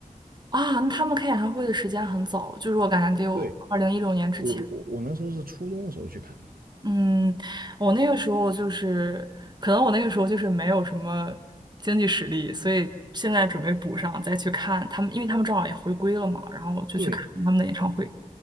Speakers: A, on the right (about 30°); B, on the right (about 80°).
A: 啊，那他们开演唱会的时间很早，就是我感觉得有二零一六年之前。
B: 对，我我我那时候是初中的时候去看的。
A: 嗯，我那个时候就是，可能我那个时候就是没有什么经济实力，所以现在准备补上，再去看他们，因为他们正好也回归了嘛，然后我就去看他们的演唱会。
B: 对，